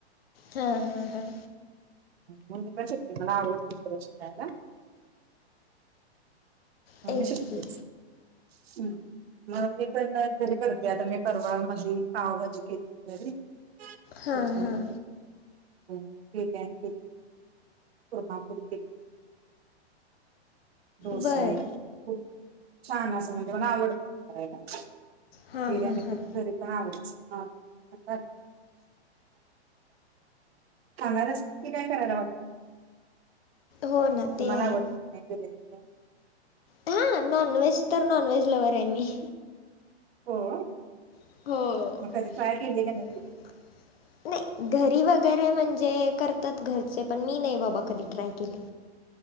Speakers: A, on the left (about 60°); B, on the right (about 65°).
A: हा, हा, हा.
B: म, मी पण शिकले, मला आवडते सगळं शिकायला. म
A: तेच
B: मी शिकतेच,
A: की
B: मग मी पण घरी करते, मी आता परवा, पावभजी केली घरी.
A: हां
B: अचानक,
A: हां
B: हो बिर्याणी केलती, कुर्मा पुरी केलती, डोसा
A: बरं
B: इडली, खूप छान असं म्हणजे मला आवडतं. होय ना,
A: हां
B: बिर्याणी
A: हां हां
B: तेन घरी च ह <unintelligible> खाणार असेल तर काही करायला वाटतं नाही.
A: हो ना ते
B: तुम्हाला
A: आहे
B: आवडते कणी नाही बिर्याणी? हो,
A: हा, नॉन व्हेज तर, नॉनव्हेलव्हरआहे मी.
B: हो?
A: हो,
B: मग कधी ट्राय केली का नाही केली?
A: नाही, घरी वगैरे म्हणजे करतात, घरचे पण मी नाही, बाबा कधी ट्राय केली.